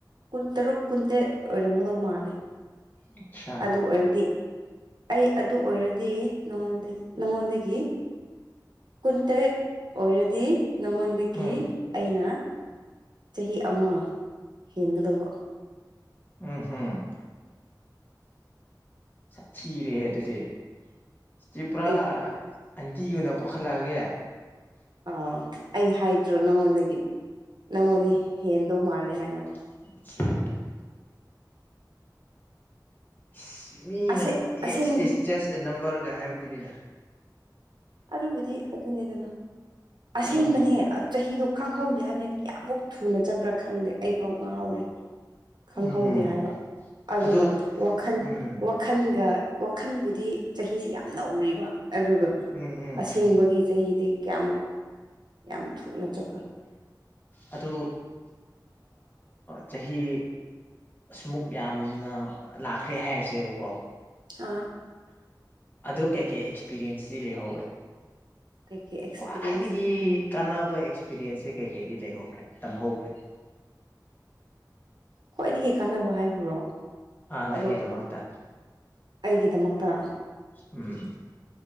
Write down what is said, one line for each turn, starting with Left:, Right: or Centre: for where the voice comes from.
Right: ꯀꯨꯟ ꯇꯔꯨꯛ ꯀꯨꯟꯇꯔꯦꯠ ꯑꯣꯏꯔꯝꯒꯗꯧ ꯃꯥꯜꯂꯦ
Left: ꯑꯆꯥ
Right: ꯑꯗꯨ ꯑꯣꯏꯔꯗꯤ ꯑꯩ ꯑꯗꯨ ꯑꯣꯏꯔꯗꯤ ꯅꯉꯣꯟ ꯅꯉꯣꯟꯗꯒꯤ ꯀꯨꯟꯇꯔꯦꯠ ꯑꯣꯏꯔꯗꯤ ꯅꯪꯉꯣꯟꯗꯒꯤ
Left: ꯎꯝ
Right: ꯑꯩꯅ ꯆꯍꯤ ꯑꯃ ꯍꯦꯟꯒꯗꯧꯕ
Left: ꯎꯝ ꯎꯝ ꯁꯥꯊꯤꯔꯦ ꯑꯗꯨꯗꯤ ꯁꯤꯤ ꯄꯨꯔꯥ
Right: ꯑꯦ
Left: ꯑꯟꯇꯤꯒꯤ ꯑꯣꯏꯅ ꯀꯣꯛꯈꯠꯂꯛꯑꯒꯦ
Right: ꯑ ꯑꯩ ꯍꯥꯏꯗ꯭ꯔꯣ ꯅꯪꯉꯣꯟꯗꯒꯤ ꯅꯪꯉꯣꯟꯗꯤ ꯍꯦꯟꯗꯧ ꯃꯥꯜꯂꯦ ꯍꯥꯏꯅ
Left: <inaudible> ꯏꯁ ꯃꯤꯅ
Right: ꯑꯁꯦ ꯑꯁꯦꯡ
Left: ꯏꯠꯁ ꯏꯠ ꯖꯁ ꯑꯦ ꯅꯝꯕꯔꯒ ꯍꯥꯏꯕꯗꯨꯅꯤꯗ
Right: ꯑꯗꯨꯕꯨꯗꯤ ꯑꯗꯨꯅꯤꯗꯅ ꯑꯁꯦꯡꯕꯅꯦ
Left: ꯎꯝ
Right: ꯆꯍꯤꯗꯣ ꯈꯪꯍꯧꯗꯦ ꯍꯥꯏꯕꯅꯤꯗꯤ ꯀꯌꯥꯃꯨꯛ ꯊꯨꯅ ꯆꯠꯄ꯭ꯔꯥ ꯈꯪꯗꯦ ꯑꯩꯐꯥꯎ ꯉꯥꯎꯔꯤ ꯈꯪꯍꯧꯗꯦ
Left: ꯎꯝ ꯍꯝ
Right: ꯍꯥꯏꯕ ꯑꯗꯨꯒ
Left: ꯑꯗꯨ
Right: ꯋꯥꯈꯜ
Left: ꯎꯝ
Right: ꯋꯥꯈꯟꯒ ꯋꯥꯈꯟꯕꯨꯗꯤ ꯆꯍꯤꯁꯤ ꯌꯥꯝ ꯅꯧꯔꯤꯕ ꯑꯗꯨꯒ
Left: ꯎꯝ ꯎꯝ
Right: ꯑꯁꯦꯡꯕꯒꯤ
Left: ꯎꯝ
Right: ꯆꯍꯤꯗꯤ ꯀꯌꯥꯃꯨꯛ ꯌꯥꯝ ꯊꯨꯅ ꯆꯠꯄ
Left: ꯑꯗꯨ ꯆꯍꯤ ꯁ꯭ꯃꯨꯛ ꯌꯥꯝꯅ ꯂꯥꯛꯈ꯭ꯔꯦ ꯍꯥꯏꯔꯁꯦꯕꯀꯣ
Right: ꯑ
Left: ꯑꯗꯣ ꯀꯩꯀꯩ ꯑꯦꯛꯁꯄꯤꯔꯤꯌꯦꯟꯁꯇꯤ ꯂꯩꯍꯧꯋꯦ
Right: ꯀꯩꯀꯩ ꯑꯦꯛꯁꯄꯤꯔꯤꯌꯦꯟꯁ
Left: ꯈ꯭ꯋꯥꯏꯗꯒꯤ ꯀꯥꯟꯅꯕ ꯑꯦꯛꯁꯄꯤꯔꯤꯌꯦꯟꯁꯁꯦ ꯀꯩ ꯀꯩꯗꯤ ꯂꯩꯍꯧꯈ꯭ꯔꯦ ꯇꯝꯍꯧꯈ꯭ꯔꯦ
Right: ꯈ꯭ꯋꯥꯏꯗꯒꯤ ꯀꯥꯟꯅꯕ ꯍꯥꯏꯕ꯭ꯔꯣ
Left: ꯅꯪꯒꯤꯗꯃꯛꯇ
Right: ꯑꯗꯣ ꯑꯩꯒꯤꯗꯃꯛꯇ
Left: ꯎꯝ